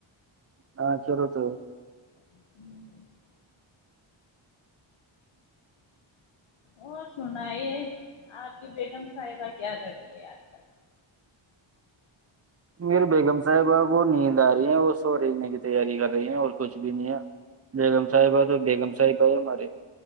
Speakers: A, on the right; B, on the left.
A: ہاں کرو تو
B: ہوں اور سنائیے آپ کی بیگم صاحبہ کیا کرتی ہے آج کل
A: میری بیگم صاحبہ کو نیند آ رہی ہے وہ سو رہیں کی تیاری کر رہی ہیں اور کچھ بھی نہیں ہے بیگم ساحبہ تو بیگم ساحبہ ہے ہماری